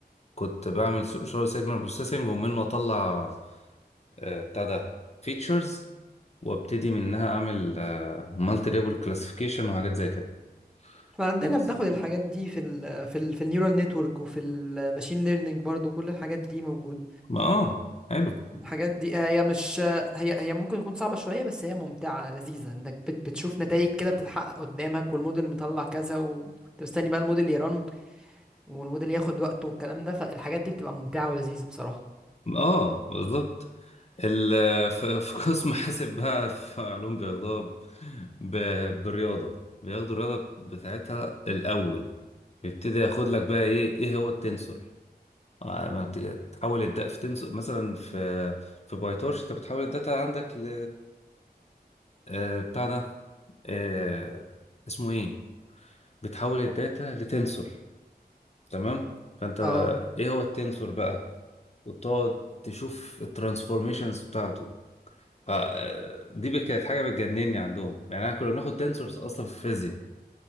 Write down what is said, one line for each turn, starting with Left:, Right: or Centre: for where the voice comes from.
Left: كنت بعمل س- شغل سيجنال بروسيسنج ومنه اطلع آه بتاع ده فيتشرز وابتدي منها اعمل مالتي ليبل كلاسيفيكيشن وحاجات زي كده
Centre: احنا عندنا
Left: ناقص
Centre: بناخد الحاجات دي في ال في ال في النيورال نتورك وفي الماشين ليرنينج برضو كل الحاجات دي موجودة
Left: ما اه حلو
Centre: الحاجات دي آه، هي مش هي هي ممكن تكون صعبة شوية بس هي ممتعة لذيذة انك بت بتشوف نتائج كده بتتحقق قدامك والموديل مطلع كذا وانت مستني بقى الموديل يرن والموديل ياخد وقته والكلام ده فالحاجات دي بتبقى ممتعة ولذيذة بصراحة
Left: اه بالظبط ال- <laughs> في في قسم حاسب بقى في علوم بياخدوها ب- ب- بالرياضة بياخدوا الرياضة بتاعتها الأول يبتدي ياخد لك بقى ايه ايه هو التنسور آه، ما بت- بتحول الداتا في تنس مثلا في في بايتورش انت بتحول الداتا عندك ل آه، بتاع ده آه، اسمه ايه بتحول الداتا لتنسور تمام فانت
Centre: اه
Left: ايه هو التنسور بقى وتقعد تشوف الترانسفورميشنز بتاعته ف- آه، دي بقى كانت حاجه بتجنني عندهم يعني احنا كنا بناخد تنسورز اصلا في الفيزياء